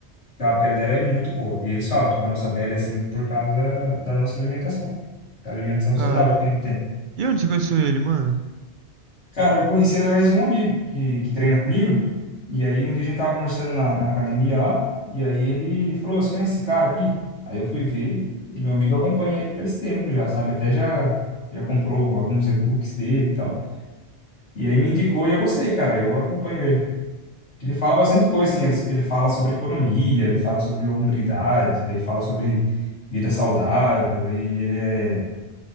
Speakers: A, on the left; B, on the right.
A: Porque a pele dela é muito boa. E eles falam, tipo, a nossa pele é assim por causa da nossa alimentação, da alimentação saudável
B: Caramba.
A: que a gente tem.
B: E onde você conheceu ele, mano?
A: Cara, eu conheci através de um amigo que, que treina comigo. E aí um dia a gente tava conversando na, na academia lá, e aí ele falou, "Ô, você conhece esse cara aqui? Aí eu fui ver, e meu amigo acompanha ele faz tempo já, sabe? Até já, já comprou alguns e-books dele e tal. E aí me indicou e eu gostei, cara, eu acompanho ele. Ele fala bastante coisa, assim, ele, ele fala sobre economia, ele fala sobre hombridade, daí fala sobre vida saudável, daí ele é,